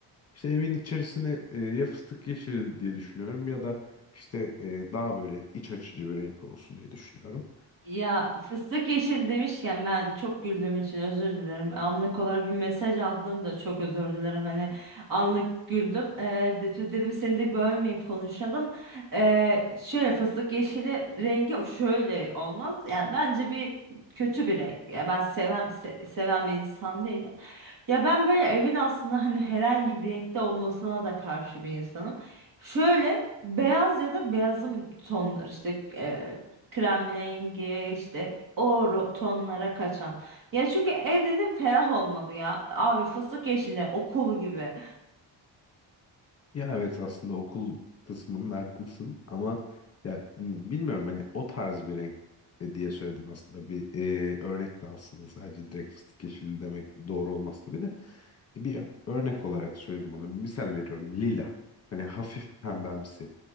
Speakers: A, on the left; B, on the right.
A: İşte evin içerisini e, ya fıstık yeşili diye düşünüyorum ya da işte e, daha böyle iç açıcı bir renk olsun diye düşünüyorum.
B: Ya fıstık yeşil demişken ben çok güldüğüm için özür dilerim. Anlık olarak bir mesaj aldım da çok özür dilerim. Hani anlık güldüm. Ee, de- dedim seni de bölmeyip konuşalım. Ee, şöyle fıstık yeşili rengi şöyle olmaz. Yani bence bir kötü bir renk. Ya ben seven se- seven bir insan değilim. Ya ben böyle evin aslında hani herhangi bir renkte olmasına da karşı bir insanım. Şöyle beyaz ya da beyazım tonlar işte e, krem rengi işte o ro- tonlara kaçan. Ya çünkü ev dedim ferah olmalı ya. Abi fıstık yeşili okul gibi.
A: Ya evet aslında okul kısmında haklısın ama ya m, bilmiyorum hani o tarz bir renk e, diye söyledim aslında bir e, örnek de aslında sadece direkt fıstık yeşili demek doğru olmaz tabii de E, bir örnek olarak söyledim onu misal veriyorum lila hani hafif pembemsi